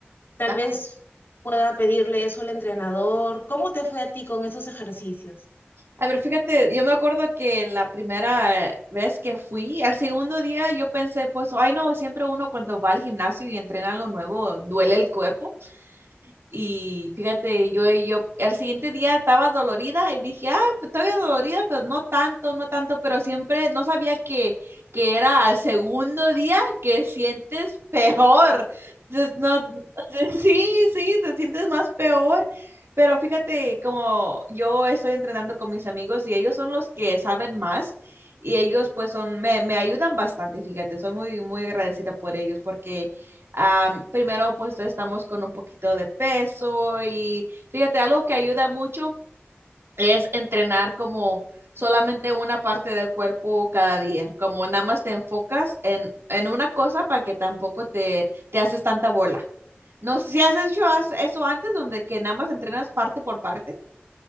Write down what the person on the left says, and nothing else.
tal
vez pueda pedirle eso al entrenador. ¿Cómo te fue a ti con esos ejercicios?